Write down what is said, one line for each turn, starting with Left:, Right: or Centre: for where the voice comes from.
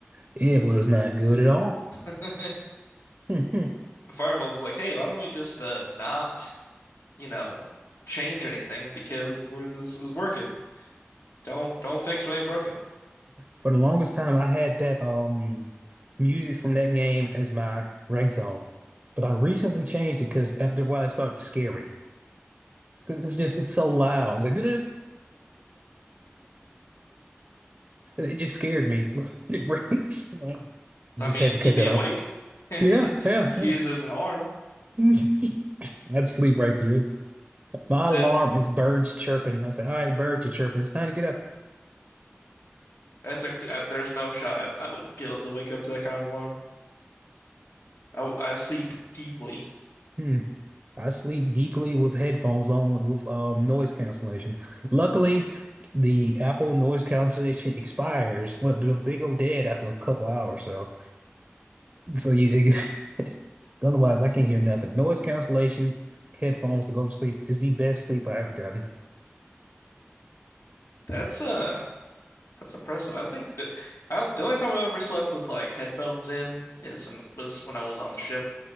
Right: it was not good at all.
Left: <laughs>
Right: <laughs>
Left: Fire Emblem's like, hey, why don't we just uh not, you know, change anything because we're this is working. Don't don't fix what ain't broken.
Right: For the longest time, I had that um music from that game as my ringtone, but I recently changed it because after a while it started to scare me. 'Cause It was just it's so loud. It's like <laughs> it just scared me. <laughs> when It rings. So I
Left: I
Right: just
Left: mean,
Right: had to
Left: you'd
Right: cut
Left: be
Right: that
Left: awake.
Right: off.
Left: <laughs> You
Right: Yeah,
Left: could
Right: yeah,
Left: use it as an alarm.
Right: yeah. <laughs> I'd sleep right through it. My
Left: That
Right: alarm is birds chirping. I say, all right, birds are chirping. It's time to get up.
Left: that's a uh, there's no shot I, I would be able to wake up to that kind of alarm. I, I sleep deeply.
Right: Hmm. I sleep deeply with headphones on with um noise cancellation. Luckily, the Apple noise cancellation expires. What do- they go dead after a couple hours? So, so you <laughs> otherwise I can't hear nothing. Noise cancellation headphones to go to sleep is the best sleep I ever gotten.
Left: That's uh that's impressive. I don't think that, I don't, the only time I've ever slept with like headphones in is an, was when I was on the ship